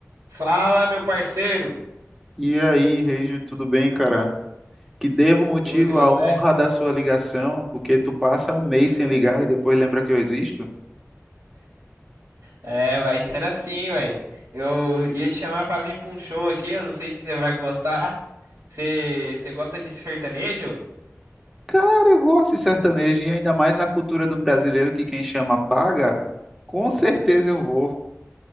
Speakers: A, on the right; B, in the centre.
A: Fala, meu parceiro!
B: E aí, Regi, tudo bem, cara? Que devo motivo
A: Tudo, e você?
B: à honra da sua ligação, porque tu passa um mês sem ligar e depois lembra que eu existo?
A: É, vai sendo assim, ué. Eu ia te chamar pra vir pra um show aqui, eu não sei se você vai gostar. Você, você gosta de sertanejo?
B: Cara, eu gosto de sertanejo e ainda mais na cultura do brasileiro que quem chama paga. Com certeza eu vou.